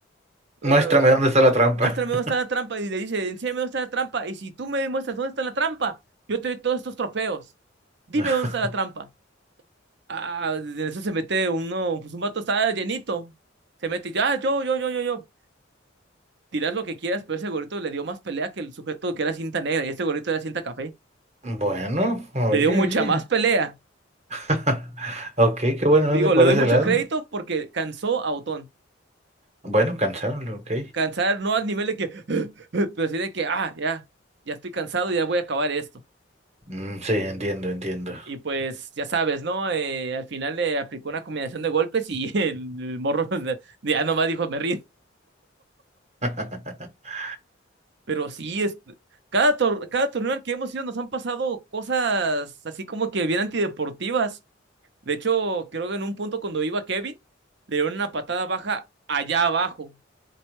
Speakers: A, on the right (about 60°); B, on the right (about 35°).
A: Eh,
B: Muéstrame dónde está la trampa.
A: muéstrame dónde está la trampa. Y le dice, enséñame dónde está la trampa. Y si tú me muestras dónde está la trampa, yo te doy todos estos trofeos. Dime
B: <laughs>
A: dónde está la trampa. Ah, de eso se mete uno, pues un vato está llenito. Se mete, ya, yo, yo, yo, yo, yo. tiras lo que quieras, pero ese gorrito le dio más pelea que el sujeto que era cinta negra y este gorrito era cinta café.
B: Bueno, oye,
A: Le dio mucha
B: oye.
A: más pelea.
B: <laughs> Ok, qué bueno, ¿dónde
A: Digo,
B: por
A: le doy
B: ese
A: mucho
B: lado?
A: crédito porque cansó a Otón.
B: Bueno, cansaron, ok.
A: Cansar no al nivel de que, <gasps> <laughs> pero sí de que, ah, ya, ya estoy cansado y ya voy a acabar esto.
B: Mm, sí, entiendo, entiendo.
A: Y pues ya sabes, ¿no? Eh, al final le aplicó una combinación de golpes y <laughs> el, morro <laughs> ya nomás dijo, me rindo.
B: <laughs>
A: Pero sí, es, cada, tor cada torneo al que hemos ido nos han pasado cosas así como que bien antideportivas. De hecho, creo que en un punto cuando iba Kevin, le dieron una patada baja allá abajo,